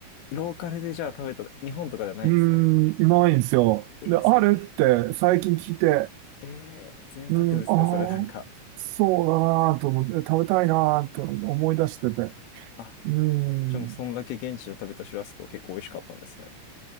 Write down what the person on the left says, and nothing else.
ローカルでじゃあ食べた、日本とかじゃないんですね。
えー、
それ、えー、贅沢ですね、
それなんか。
あ、
でもそんだけ現地で食べたシュラスコ結構美味しかったんですね。